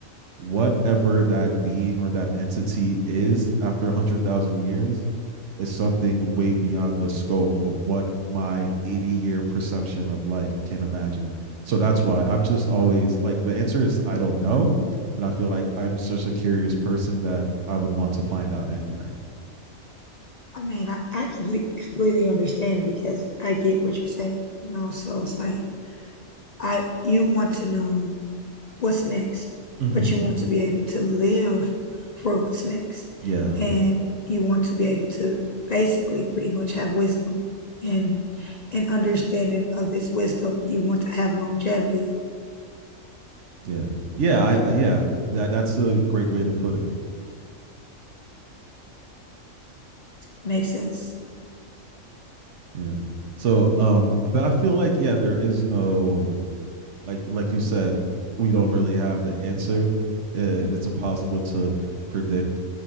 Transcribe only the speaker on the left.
I mean, I, I completely completely understand because I get what you're saying, you know? So it's like I you want to know what's next,
but you want to be able to live for what's next.
And you want to be able to basically pretty much have wisdom and an understanding of this wisdom. You want to have longevity.
Makes sense.